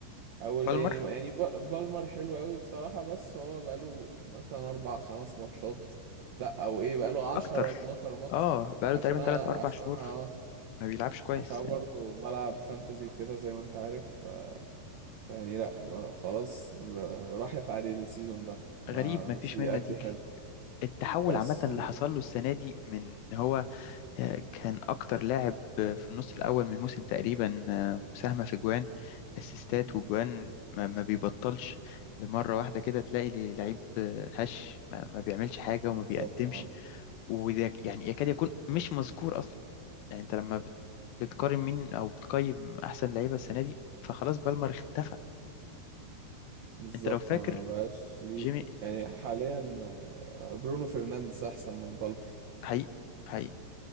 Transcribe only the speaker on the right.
او لا
يعني يعني ب- بالمر حلو قوي بصراحة بس هو بقاله مثلا اربع خمس ماتشات لا او ايه بقاله عشرة
اتناشر ماتش
عشان
أنا-
عشان
أنا- اه
عشان
برضه بلعب فانتزي وكده زي ما انت عارف ف- فيعني لا ما- خلاص ب- راحت عليه السيزون ده ما
مش
بيأدي
حلو
بس
و...
مم،
بالظبط
اه
بالظبط
ما بقاش ليه
يعني حاليا آه، برونو فرنانديز احسن من فالفر